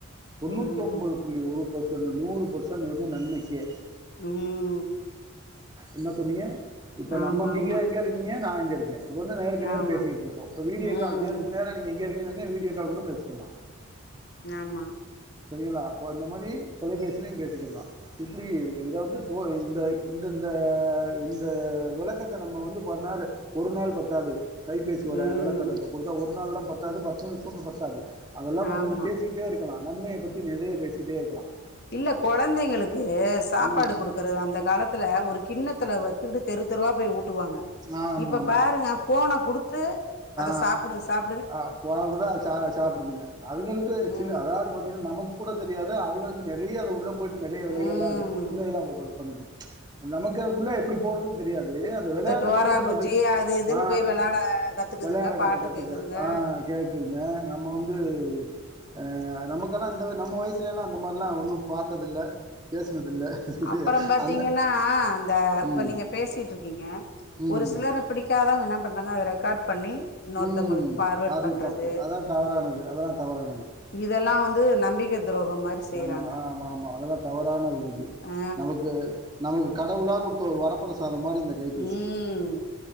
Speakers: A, on the right (about 20°); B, on the left (about 50°).
A: தொண்ணூத்
B: ம்
A: தொம்பது புள்ளி ஒரு பெர்சன்ட் நூறு பெர்சன்ட் வந்து நன்மைக்கே
B: ம்
A: என்ன சொல்றீங்க இப்ப
B: ஆமா
A: நம்ம நீங்க
B: ஆமா
A: எங்க இருக்கீங்க நா எங்க இருக்கே இப்ப வந்து நேருக்கு நேர்
B: ஆமா
A: பேசிக்கிட்ருக்கோ இப்ப வீடியோ
B: ம்
A: கால் நேருக்கு நேரா நீங்க எங்க இருக்கீங்கனு வீடியோ கால் கூட பேசிக்கலா
B: ஆமா
A: செரிங்களா அப்போ இந்த மாரி தொலைபேசிலயு பேசிக்கிற்லா இப்புடி இத இத வந்து தோ இந்த இந்த இந்த இந்த விளக்கத்த நம்ம வந்து பண்ணாரு ஒரு நாள் பத்தாது கைபேசியோட
B: ம்
A: விளக்கத்த இப்ப குடுத்தா ஒரு நாள்லா பத்தாது பத்து நிமுசமு பத்தாது அதெல்லா பாத்தீனா
B: ஆமா
A: பேசிக்கிட்டே இருக் நன்மைய பத்தி நெறைய பேசிட்டே இருக்கலா
B: இல்ல கொழந்தைங்களுக்கு சாப்பாடு
A: ம்.
B: குடுக்கறது அந்த காலத்துல ஒரு கிண்ணத்துல வச்சுக்கிட்டு தெரு தெருவா போய் ஊட்டுவாங்க
A: ஆமாமா.
B: இப்ப பாருங்க ஃபோன குடுத்து
A: ஆ
B: அத சாப்புடு சாப்
A: ஆ ஃபோன குடுத்தா அது சா சாப்புடுதுங்க அதுங்களுக்கு
B: ம்
A: சின்ன அதாவ்து பாத்தீங்னா நமக் கூட தெரியாது அதுங்களுக்கு நெறைய அத உள்ள போயிட்டு நெறைய விலைகள்லா
B: ம்
A: இருக்கு சின்னதெல்லா போகபோக பண்ணுது நமக்கு அதுக்குள்ள எப்டி போறதுன் தெரியாது அந்த வெளையாட்ட
B: இந்த டோரா
A: போயிட்டா அந்த
B: புஜ்ஜி
A: அது
B: இதுன்னு
A: ஆ
B: போய் வெளாட கத்துக்குதுங்க
A: வெளையாட
B: பாட்டு
A: கத்து கத்துக்க
B: கேக்குதுங்க
A: ஆ கேக்குதுங்க நம்ம வந்து அ நமக்கெல்லா அந்த நம்ம வயசுலெல்லா அந்த மாரிலா ஒன்னு பாத்ததில்ல பேசுனதில்ல
B: அப்பறம் பாத்தீங்கனா
A: அந்த
B: இந்த இப்ப
A: ம்
B: நீங்க பேசிட்ருக்கீங்க
A: ம்
B: ஒரு சிலர் அப்டி க்காதவ்ங்க என்ன பண்றாங்க அத ரெக்காட் பண்ணி இன்னொருத்தவங்களுக்கு
A: ம்
B: ஃபார்வேர்ட்
A: அது
B: பண்றது
A: தப்பு அதா தவறானது அதெல்லா தவறானது
B: இதெல்லா வந்து நம்பிக்க துரோகம் மாரி செய்யறாங்க
A: ஏமா ஆமாம்மா அதெல்லா தவறான ஒரு இது
B: ஆ
A: நமக்கு நமக்கு கடவுளா குடுத்த ஒரு வர பிரசாதம் மாரி இந்த கைபேசி
B: ம்